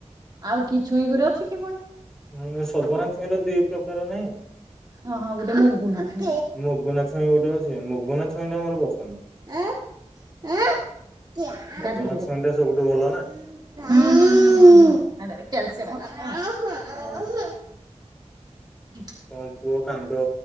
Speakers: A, on the right (about 30°); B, in the centre.
A: ଆଉକି ଛୁଇଁ ଗୋରେ ଅଛିକି ଫୁଣି।
B: ହୁଁ ସଜନା ଛୁଇଁର ଦିଇ ପ୍ରକାର ନାହିଁ।
A: ହଁ ହଁ ଗୋଟେ ମୁଗୁନା ଛୁଇଁ।
B: ମଗୁନା ଛୁଇଁ ଗୋଟେ ଅଛି ମଗୁନା ଛୁଇଁଟା ମୋର ପସନ୍ଦ ନୁହେଁ।
A: ଆ ଆ କିଏ ଯା
B: ସଜନା
A: ଦିଦିଡା
B: ଛୁଇଁ ଟା
A: ହୁଁ
B: ସବୁଠୁ ଭଲ
A: ହୁଁ
B: ନା
A: ହୁଁ ହୁଁ ହେଟାରେ କ୍ୟାଲସିଅମ ଅଛିନା।
B: ହଁ।
A: <inaudible>
B: କଣ ପୁଅ କାନ୍ଦ